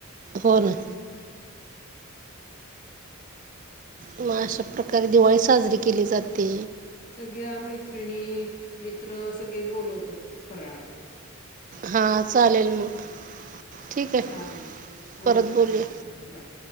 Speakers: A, on the right; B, on the left.
A: हो ना मग अशा प्रकारे दिवाळी साजरी केली जाते.
B: सगळ्या मैत्रिणी. मित्र सगळे बोलवतात फराळाल.
A: हा चालेल मग. ठीक आहे
B: चालेल
A: परत
B: ओके
A: बोलूया.
B: ठीक आहे हां बाय.